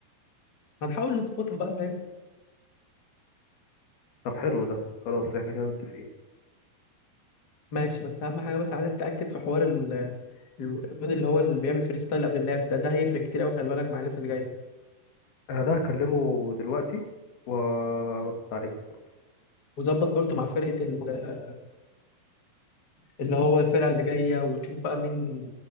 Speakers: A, on the left (about 40°); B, on the left (about 70°).
A: هنحاول نظبطها بقى فاهم
B: طب حلو ده خلاص احنا كده متفقين
A: ماشي بس اهم حاجه بس عايز اتاكد في حوار ال ال- الواد اللي هو اللي بيعمل فري ستايل قبل اللعب ده ده هيفرق كتير قوي خلي بالك مع الناس اللي جايه
B: انا ده هكلمه دلوقتي وارد عليك برضه
A: وظبط برضو مع فرقه ال- اللي هو الفرقه اللي جايه وتشوف بقى مين